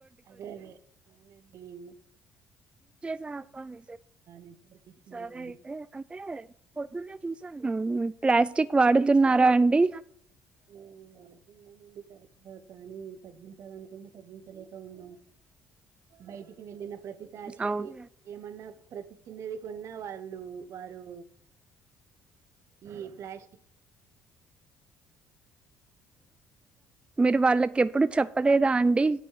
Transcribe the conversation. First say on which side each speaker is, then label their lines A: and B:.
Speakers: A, on the right; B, on the right.
A: అదే అదే అవును ఏను
B: సాప్ప మ
A: నెట్వర్క్ ఇష్యూస్
B: సరే అయితే అే పొద్దున్న చూసాను ప్లాస్టిక్ వాడుతున్నారా అండి
A: మేము వాడుతున్నామండి తరచగా కానీ తగ్లి నుకు తగ్గించలేక ఉన్నాం, బయటికి వెళ్ళిన ప్రతిసారి
B: అవును
A: ఏమన్నా ప్రతి చిన్నది కొన్నా వాళ్ళు వారు ఈ ప్లాస్టిక్
B: మీరు వాళ్ళకి ఎప్పుడు చెప్పలేదా అండి,